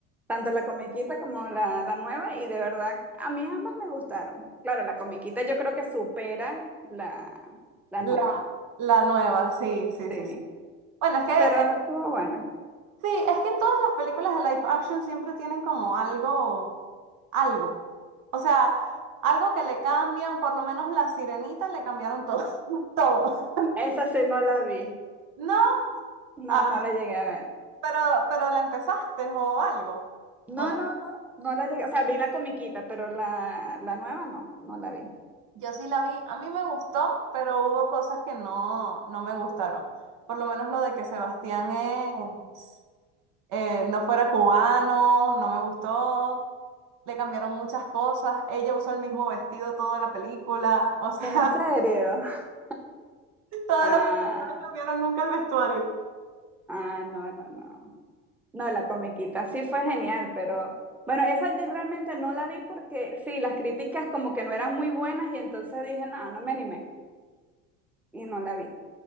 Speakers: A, in the centre; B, on the right (about 60°).
A: tanto la comiquita como la, la nueva, y de verdad, a mí ambas me gustaron. Claro, la comiquita yo creo que supera la, la
B: La,
A: nueva.
B: la nueva, sí, sí,
A: Sí,
B: sí, sí. Bueno, es que, eh,
A: pero estuvo buena.
B: sí, es que todas las películas de live action siempre tienen como algo, algo. O sea, algo que le cambian, por lo menos la Sirenita le cambiaron todo, <laughs> todo.
A: Esa sí no la vi.
B: No,
A: No,
B: ah,
A: no la llegué a ver.
B: pero, pero la empezaste o algo,
A: No,
B: ¿o no?
A: no, no, no la llegué, o sea, vi la comiquita, pero la, la nueva no, no la vi.
B: Yo sí la vi, a mí me gustó, pero hubo cosas que no, no me gustaron. Por lo menos lo de que Sebastián es... eh, no fuera cubano, no me gustó, le cambiaron muchas cosas, ella usó el mismo vestido toda la película, o sea,
A: ¿En serio? <laughs>
B: <laughs> toda
A: Ah,
B: la película cambiaron nunca el vestuario.
A: ah, no, no, no. No, la comiquita sí fue genial, pero bueno, esa yo realmente no la vi porque sí, las críticas como que no eran muy buenas y entonces dije, no, no me animé y no la vi.